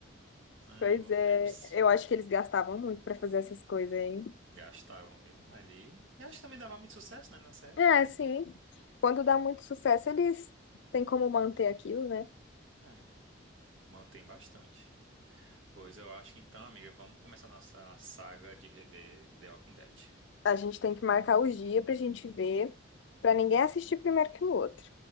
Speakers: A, on the left; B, on the right.
A: <laughs>
B: Ai,
A: pois
B: bons
A: é.
B: tempos.
A: Eu acho que eles gastavam muito pra fazer essas coisas, hein?
B: Gastavam, viu? Ali. E acho que também dava muito sucesso, né, nessa época.
A: É, sim. Quando dá muito sucesso, eles têm como manter aquilo, né?
B: É, mantém bastante. Pois eu acho que então, amiga, vamos começar nossa saga de rever The Walking Dead.
A: A gente tem que marcar os dias pra gente ver, pra ninguém assistir primeiro que o outro.